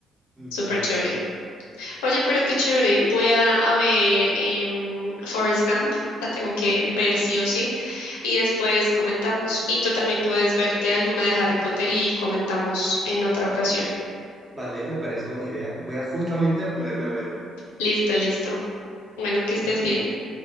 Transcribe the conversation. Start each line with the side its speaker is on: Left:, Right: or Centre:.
Right: Mm,
Left: Súper chévere. Oye, pero qué chévere. Voy a, a ver em, Forrest Gump. La tengo que ver sí o sí. Y después comentamos. Y tú también puedes verte alguna de Harry Potter y comentamos en otra ocasión.
Right: vale, me parece buena idea. Voy a justamente a ponerme a ver una.
Left: Listo, listo. Bueno, que estés
Right: Ujú.
Left: bien.